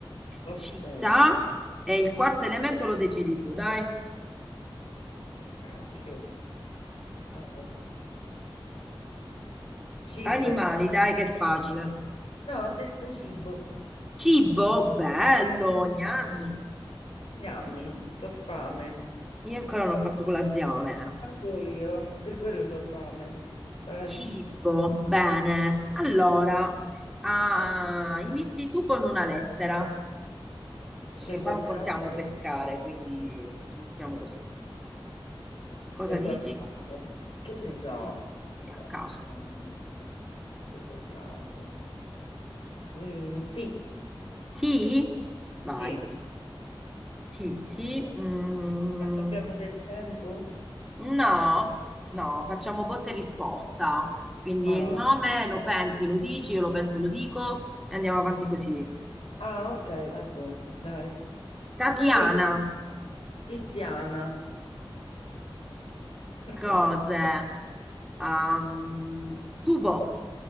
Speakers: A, on the left; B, in the centre.
A: Hotel.
B: città e il quarto elemento lo decidi tu, dai.
A: Cacchio. Ah, cibo.
B: Animali, dai, che è facile.
A: No, ho detto cibo.
B: Cibo, bello,
A: Sì.
B: gnami.
A: Gnammi, c'ho fame.
B: Io ancora non ho fatto colazione.
A: Anche io, per quello c'ho fame. Dai,
B: Cibo, bene. Allora, ah, inizi tu con una lettera,
A: scelgo
B: perché qua
A: a
B: non
A: caso,
B: possiamo pescare, quindi iniziamo così.
A: scelgo
B: Cosa dici?
A: a caso. Che ne so,
B: Sì,
A: che ne so.
B: a caso.
A: Mm, Scelgo a caso. Mm, ti,
B: Ti? Vai.
A: sì.
B: Ti, ti.
A: Allora,
B: mm,
A: ma ci abbiamo del tempo?
B: no, no, facciamo botta e risposta. Quindi
A: Ah,
B: il nome lo pensi, lo dici, io lo penso, lo dico e andiamo avanti così.
A: Ah,
B: Ti.
A: ok, vabbè, dai.
B: Tatiana.
A: Quindi, Tiziana, <laughs>
B: Cose. Ehm, tubo.